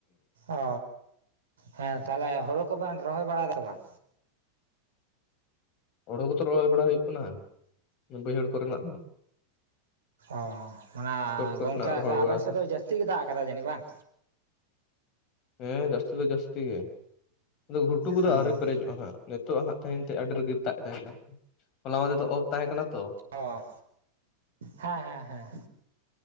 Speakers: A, on the right; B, on the left.
A: ᱚᱻ ᱦᱮᱸ ᱛᱟᱦᱞᱮ ᱦᱩᱲᱩ ᱠᱚᱵᱮᱱ ᱨᱚᱦᱚᱭ ᱵᱟᱲᱟᱭᱫᱟ ᱵᱟᱝ?
B: ᱦᱩᱲᱩ ᱠᱚᱫᱚ ᱨᱚᱦᱚᱭ ᱵᱟᱲᱟ ᱦᱩᱭᱩᱜ ᱠᱟᱱᱟ ᱵᱟᱹᱭᱦᱟᱹᱲ ᱠᱚᱨᱮᱱᱟᱜ ᱫᱚ ᱾
A: ᱚᱸ ᱚᱱᱟ
B: ᱠᱚᱨᱮᱱᱟᱜ
A: ᱜᱚᱝᱠᱮ ᱟᱫᱚ
B: ᱨᱚᱦᱚᱭ
A: ᱟᱵᱮᱱ
B: ᱵᱟᱲᱟ
A: ᱥᱮᱫ ᱫᱚ ᱡᱟᱹᱥᱛᱤ ᱜᱮ ᱫᱟᱜ ᱟᱠᱟᱫᱟ ᱡᱟᱹᱱᱤᱡ ᱵᱟᱝ?
B: ᱦᱮᱸ ᱡᱟᱹᱥᱛᱤ ᱫᱚ ᱡᱟᱹᱥᱛᱤ ᱜᱮ ᱟᱫᱚ ᱜᱷᱩᱴᱩ ᱠᱚᱫᱚ
A: ᱦᱮᱸ
B: ᱟᱹᱣᱨᱤ ᱯᱮᱨᱮᱡᱚᱜᱼᱟ ᱦᱟᱸᱜ ᱾ ᱱᱤᱛᱚᱜᱼ ᱟ ᱦᱟᱸᱜ ᱛᱮᱦᱮᱧ ᱛᱮ ᱟᱹᱰᱤ ᱨᱟ. ᱜᱤᱯ ᱫᱟᱜ ᱮᱫᱟᱭ ᱦᱚᱞᱟ ᱢᱟᱦᱫᱮᱨ ᱚᱯᱷ ᱛᱟᱦᱮᱸ ᱠᱟᱱᱟ ᱛᱚ
A: ᱚ ᱦᱮᱸ ᱦᱮᱸ ᱦᱮᱸ